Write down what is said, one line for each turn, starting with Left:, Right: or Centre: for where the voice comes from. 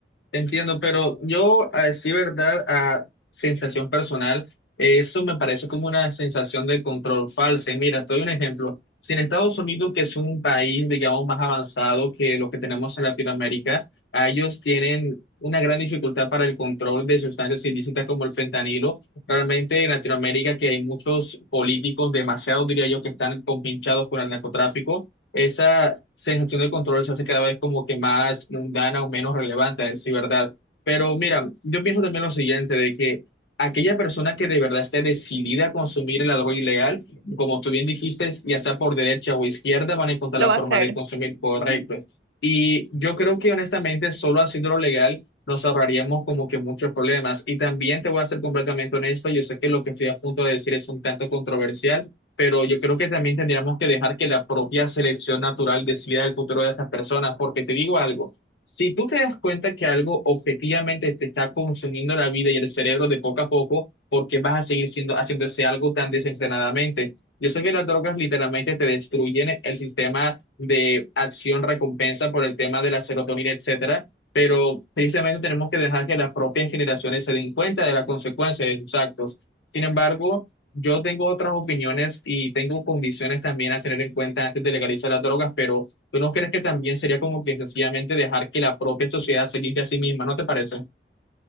Left: Te Entiendo, pero yo, a decir verdad, a sensación personal, eso me parece como una sensación de control falsa. Y mira, te doy un ejemplo. Si en Estados Unidos, que es un país, digamos, más avanzado que lo que tenemos en Latinoamérica, a ellos tienen una gran dificultad para el control de sustancias ilícitas como el fentanilo. Realmente en Latinoamérica, que hay muchos políticos, demasiado diría yo, que están compinchados con el narcotráfico esa sensación de control se hace cada vez como que más mundana o menos relevante, sí, ¿verdad? Pero mira, yo pienso también lo siguiente, de que aquella persona que de verdad esté decidida a consumir la droga ilegal, como tú bien dijiste, ya sea por derecha o izquierda, van a encontrar
Right: Lo
Left: la
Right: va
Left: forma
Right: a hacer.
Left: de consumir correcto.
Right: Ujú.
Left: Y yo creo que honestamente, solo haciéndolo legal, nos ahorraríamos como que muchos problemas. Y también te voy a ser completamente honesto, yo sé que lo que estoy a punto de decir es un tanto controversial, pero yo creo que también tendríamos que dejar que la propia selección natural decida el futuro de estas personas, porque te digo algo, si tú te das cuenta que algo objetivamente te está consumiendo la vida y el cerebro de poco a poco, ¿por qué vas a seguir siendo, haciendo ese algo tan desenfrenadamente? Yo sé que las drogas literalmente te destruyen el sistema de acción-recompensa por el tema de la serotonina, etcétera, pero tristemente tenemos que dejar que las propias generaciones se den cuenta de la consecuencia de sus actos. Sin embargo, yo tengo otras opiniones y tengo condiciones también a tener en cuenta antes de legalizar las drogas, pero ¿tú no crees que también sería como que sencillamente dejar que la propia sociedad se limpie a sí misma? ¿No te parece?